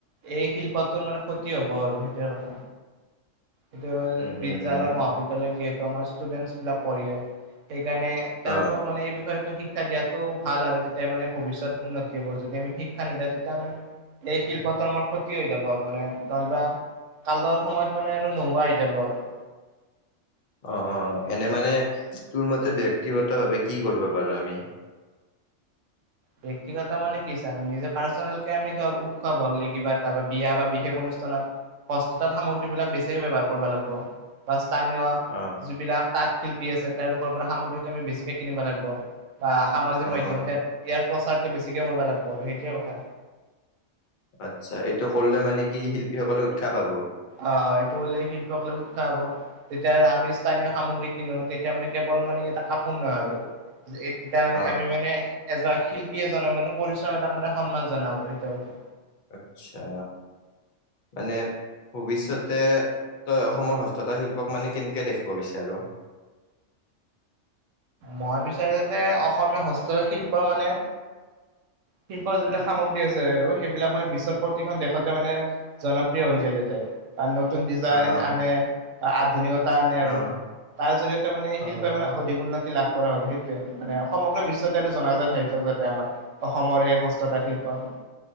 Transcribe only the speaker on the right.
এই শিল্পটোৰ মানে ক্ষতি হ'ব আৰু সেইটোৱে কথা। এইটো হয়
বিদ্যালয়
মহাবিদ্যালয়ত যিহেতু আমাৰ ষ্টুডেন্টছ বিলাক পঢ়ে ই কাৰণে তেওঁলোকক
মানে এই বিষয়তে শিক্ষা দিয়াতো ভাল আৰু, তেতিয়া মানে ভৱিষ্যত উন্নতি হ'ব। যদি আমি শিক্ষা নিদিওঁ তেতিয়া মানে এই শিল্পটো আমাৰ ক্ষতি হৈ যাব আৰু মানে। ন'হলেবা কালডৰ সময়ত মানে আৰু নোহোৱা হৈ যাব আৰু।
ব্যক্তিগত মানে কি আ আমি নিজে পাৰ্চনেল কে আমি ধৰ উৎসৱ হ'লে কিবা তাৰ বিয়া বা বিশেষ হস্থতাঁত সামগ্ৰী বিলাক বেছিকে ব্যৱহাৰ কৰিব লাগিব। স্থানীয়
যিবিলাক তাঁত শিল্পী আছে তেওঁলোকৰ পৰা সামগ্ৰী আমি বেছিকে কিনিব লাগিব। বা সামাজিক
মাধ্যমত ইযাত ইয়াৰ প্ৰচাৰটো বেছিকে কৰিব লাগিব আৰু সেইটোৱে কথা।
অ' এইটো হ'লে শিল্পকলে উৎসাহ পাব, তেতিয়া আমি স্থানীয় সামগ্ৰী কিনো তেতিয়া মানে কল মানে এটা কাপোৰ নহয় আৰু, তেতিয়া
আমি মানে এজ শিল্পী এজনৰ মানে পৰিশ্ৰম এ তাক মানে সন্মান জনোৱা হ'ল সেইটো কথা।
মই বিচাৰো যে যে অসমীয়া হস্ততাঁত শিল্প মানে শিল্পৰ যিবিলাক সামগ্ৰী আছে, আৰু সেইবিলাক মানে বিশ্বৰ প্ৰতিখন দেশতে মানে, জনপ্ৰিয় হৈ যায় যাতে। আ নতুন ডিজাইন
আনে, আধুনিকত তা আনে আৰু।
তাৰ জৰিয়তে মানে এই শিল্পে
মানে অধিক উন্নত লাভ কৰা হয় সেইটোৱে, মানে সমগ্ৰ বিশ্বতে আৰু জনাজাত হৈ যাক যাতে আমাৰ অসমৰ সেই হস্ততাত শিল্প <inaudible>